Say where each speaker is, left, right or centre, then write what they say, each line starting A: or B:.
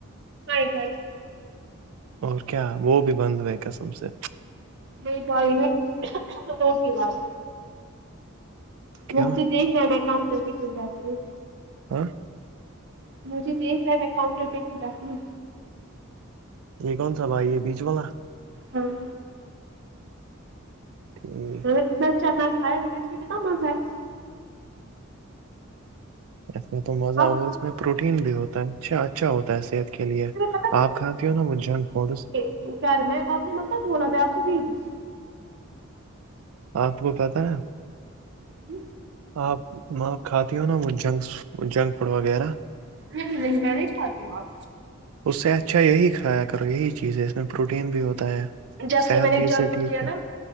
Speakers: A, on the right (about 55°); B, on the right (about 80°).
A: <unintelligible>
B: اور کیا وہ بھی بند ہوئے قسم سے
A: نہیں پائی نے روٹی لائی
B: کیوں
A: مک تو دیکھ رہ میں کام کر کے چل جاتتی ہوں
B: ہاں
A: مجھے دیکھ رہ ہے میں کاؤنٹر پہ کیوں بیٹھناوں
B: یہ کون سا بھائی یہ بیچ والا
A: ہاں
B: ٹھ <inaudible>
A: میں اتنا اچھا نہ کھایا لیکن اس میں کت مزہ ہے
B: اس میں تو مزہ
A: آپ
B: اور اس میں پروٹین بھی ہوتا ہے چھا اچھا ہوتا ہے صحت کے لیے
A: تمہیں
B: آپ کھاتی ہو نا وہ جنک فڈس
A: وہ کیا رہے میں آپ نے ما کو بولا تھا آپ کو د تھی <inaudible>
B: آپ کو پتاہ ہے
A: جی
B: آپ میں آپ کھاتی ہ ہو نا وہ جنکس جنک فوڈ وغیرہ
A: نہیں نہیں میں نہیں کھاتی ہوں اب
B: اس سے اچھا یہی کھایا کرو یہی چیز ہے اس میں پروٹین بھی ہوتا ہے
A: جب
B: صحت
A: سے میں نے
B: بھی اس
A: جنک فڈ
B: ٹھیک
A: کیا
B: ہے
A: نا